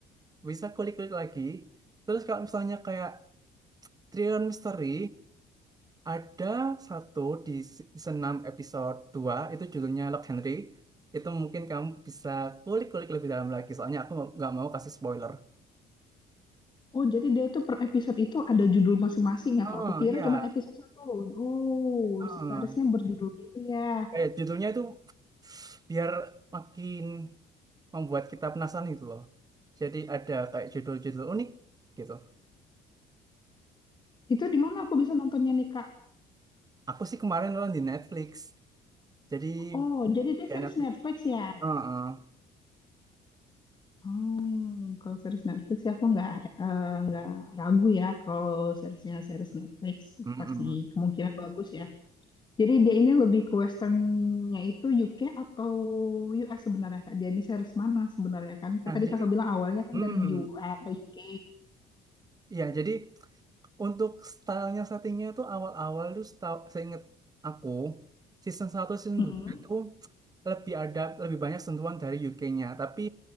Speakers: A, on the right; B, on the left.
A: bisa klik-klik lagi. Terus kalau misalnya kayak Triliun Misteri, ada satu di season 6 episode dua itu judulnya Lock Henry. Itu mungkin kamu bisa kulik-kulik lebih dalam lagi, soalnya aku nggak mau kasih spoiler.
B: Oh, jadi dia itu per episode itu ada judul masing-masing ya,
A: Oh
B: Kak. Aku kira
A: iya,
B: cuma episode satu. Oh,
A: oh.
B: seriesnya berjudul gitu ya.
A: Kayak judulnya itu biar makin membuat kita penasaran gitu loh. Jadi ada kayak judul-judul unik gitu.
B: Itu di mana aku bisa nontonnya nih, Kak?
A: Aku sih kemarin nonton di Netflix, jadi
B: Oh, jadi dia
A: ya
B: series
A: Netflix.
B: Netflix ya?
A: Oh, oh.
B: Oh, kalau series Netflix ya aku nggak eh, nggak ragu ya kalau seriesnya series Netflix
A: Mm-mm.
B: pasti kemungkinan bagus ya. Jadi dia ini lebih ke westernnya itu UK atau US sebenarnya kak? Dia ini series mana sebenarnya kan? Kan
A: Nah,
B: Tadi
A: jadi,
B: kakak bilang awalnya kan
A: hmm,
B: dari U- eh, UK.
A: ya, jadi untuk stylenya settingnya tuh awal-awal tuh setahu saya inget aku season satu season
B: Mm-mm.
A: 2 itu lebih ada lebih banyak sentuhan dari UK-nya. Tapi